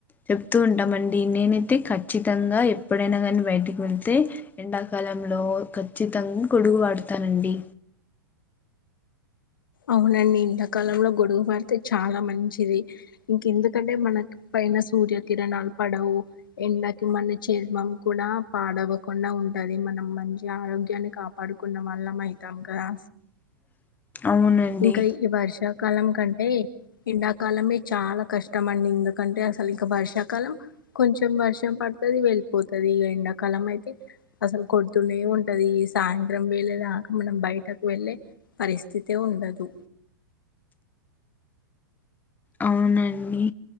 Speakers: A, on the left; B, on the left.
A: చెప్తూ ఉంటామండి నేనైతే ఖచ్చితంగా ఎప్పుడైనా కానీ బయటికి వెళ్తే ఎండాకాల లో ఖచ్చితంగా గొడుగు వాడతానండి
B: అవులేనండి ఇంతకాలంలో గొడుగు పడితే చాలా మంచిది ఇంకెందుకంటే మనకి పైన సూర్యకిరణాలు పడవు ఎండకి మన చర్మం కూడా పాడవకుండా ఉంట అది మనం మంచి ఆరోగ్యాన్ని కాపాడుకున్న వాళ్లం అవుతాం కదా
A: <inaudible> అవునండి
B: ఇంకా ఈ వర్ష కాలం కంటే ఎండాకాలమే చాలా కష్టం అండి ఎందుకంటే అసలు ఇంక వర్షాకాలం కొంచెం వర్షం పడుతది వెళ్ళిపోతది ఇగ ఎండాకాలం అయితే అసలు కొడుతూనే ఉంటది ఈ సాయంత్రం వేళ్ళేదాక మనం బయటకు వెళ్లే పరిస్థితి తే ఉండదు
A: అవునండి